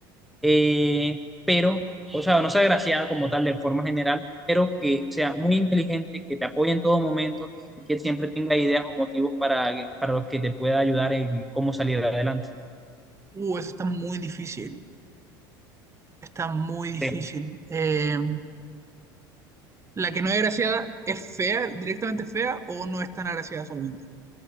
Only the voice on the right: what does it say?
Uh, eso está muy difícil. Está muy difícil.
Eh, ¿la que no es agraciada es fea, directamente fea o no es tan agraciada solamente?